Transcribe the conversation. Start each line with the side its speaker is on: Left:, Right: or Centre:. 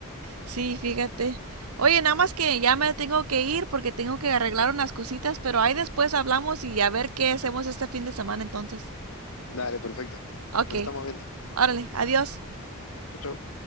Right: Sí, fíjate. Oye, nada más que ya me tengo que ir porque tengo que arreglar unas cositas, pero ahí después hablamos y a ver qué hacemos este fin de semana entonces.
Left: Dale, perfecto.
Right: Ok,
Left: Nos estamos viendo.
Right: órale, adiós.
Left: Chau, chau.